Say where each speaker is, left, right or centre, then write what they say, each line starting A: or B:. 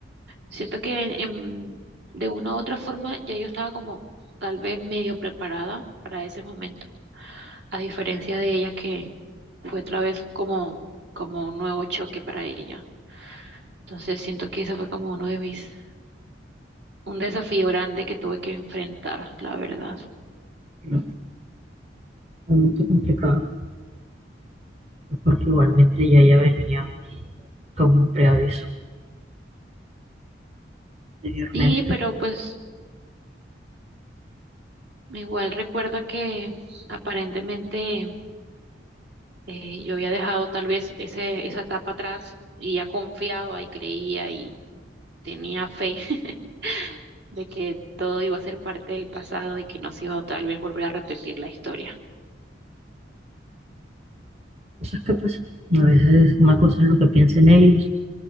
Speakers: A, on the right (about 65°); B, on the right (about 35°).
A: siento que en- de una u otra forma ya yo estaba como tal vez medio preparada para ese momento, a diferencia de ella que fue otra vez como, como un nuevo choque para ella. Entonces siento que ese fue como uno de mis, un desafío grande que tuve que enfrentar, la verdad.
B: No, realmente complicado, porque igualmente ya ella venía con un preaviso anteriormente.
A: Sí, pero pues igual recuerdo que aparentemente eh, yo había dejado tal vez ese, esa etapa atrás y ya confiaba y creía y tenía fe <laughs> de que todo iba a ser parte del pasado y que no se iba a tal vez volver a repetir la historia.
B: Cosas que pasan. A veces una cosa es lo que piensen ellos